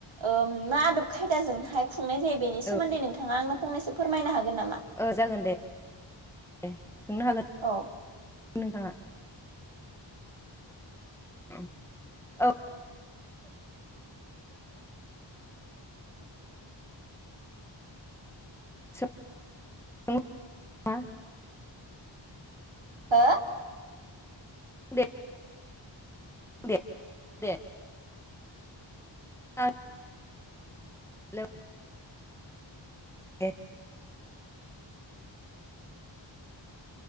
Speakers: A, on the right; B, in the centre.
A: ओ मा आदब खायदाजोंहाय खुंनाय जायो बेनि सोमोन्दै
B: औ
A: नोंथाङा आंनो फंनैसो फोरमायनो हागोन नामा?
B: ओ जागोन दे दे सोंनो हागोन
A: अ
B: नोंथाङा ओं औ सों <unintelligible>
A: हो
B: <unintelligible> <unintelligible> दे <unintelligible> हेलौ दे